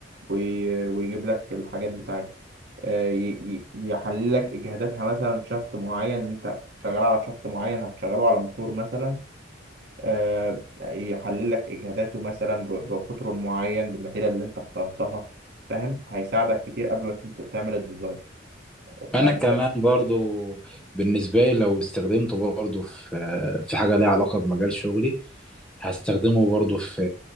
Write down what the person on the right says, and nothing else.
وي- ويجيب لك الحاجات بتاعتها آه، ي- ي- يحلل لك اجهاداتها مثلا شفط معين انت شغال على شفط معين هتشغله على موتور مثلا آه، يحلل لك اجهاداته مثلا ب- بقطره المعين بالماتيريال اللي انت اخترتها فاهم هيساعدك كتير قبل ما انت تعمل الديزاين
فانا